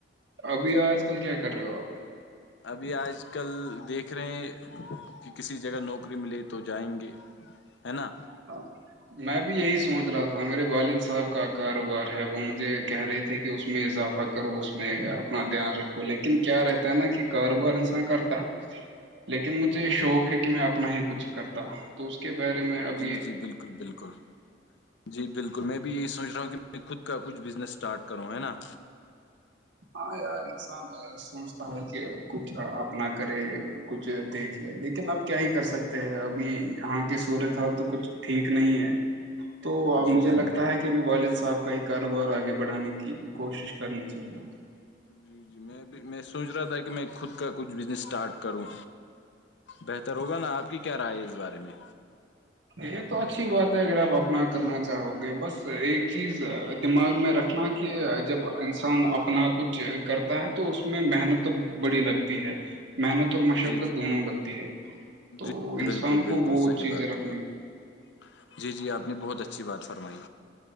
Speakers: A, on the right (about 80°); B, on the left (about 75°).
A: ابھی آج کل کیا کر رہے ہو آپ
B: ابھی آج کل دیکھ رہے ہیں کہ کسی جگہ نوکری ملے تو جائیں گے ہے نا
A: ہاں <inaudible> میں بھی یہی سوچ رہا تھا میرے والد صاحب کا کاروبار ہے وہ مجھے کہہ رہے تھے کہ اس میں اضافہ کرو اس میں اپنا دھیان رکھو لیکن کیا رہتا ہے نا کہ کاروبار انسان کرتا لیکن مجھے شوق ہے کہ میں اپنا ہی کچھ کرتا تو اس کے بارے میں اب
B: جی جی بالکل بالکل جی بالکل میں بھی یہی سوچ رہا ہوں کہ میں خود کا کچھ بزنس اسٹارٹ کروں ہے نا
A: ہاں یار انسان <inaudible> سوچتا ہے کہ کچھ اپنا کرے کچھ دیکھے لیکن اب کیا ہی کر سکتے ابھی یہاں کے سورت حال تو کچھ ٹھیک نہیں ہے تو اب
B: جی
A: مجھے
B: بالکل
A: لگتا ہے کہ ابھی والد صاحب کا ایک کاروبار آگے بڑھانے کی کوشش کرنی چاہیے
B: جی جی میں بھی میں سوچ رہا تھا کہ میں خود کا کچھ بزنس اسٹارٹ کروں بہتر ہوگا نا آپ کی کیا رائے ہے اس بارے میں
A: یہ تو اچھی بات ہے اگر آپ اپنا کرنا چاہو گے بس ایک چیز دماغ میں رکھنا کہ جب انسان اپنا کچھ کرتا ہے تو اس میں محنت تو بڑی لگتی ہے محنت اور مشقت
B: جی جی
A: دونوں لگتی ہے تو
B: جی
A: انسان
B: بالکل بالکل
A: کو وہ
B: صحیح
A: چیزیں
B: بات
A: رکھ
B: کہی آپ نے جی جی آپ نے بہت اچھی بات فرمائی